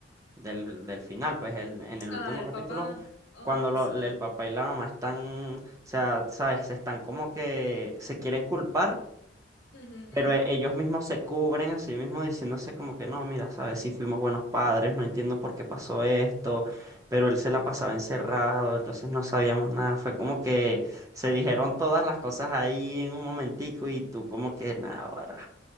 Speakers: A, on the right (about 20°); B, on the left (about 65°).
A: del, del final, pues el- en el
B: Ah,
A: último
B: el
A: capítulo,
B: papá. Ay,
A: cuando lo-
B: sí.
A: el papá y la mamá están, o sea, sabes, se están como que se quieren culpar,
B: Ujú.
A: pero e- ellos mismos se cubren a sí mismos diciéndose como que no, mira, sabes, sí fuimos buenos padres, no entiendo por qué pasó esto, pero él se la pasaba encerrado, entonces no sabíamos nada, fue como que se dijeron todas las cosas ahí en un momentico y tú como que nada, ahora.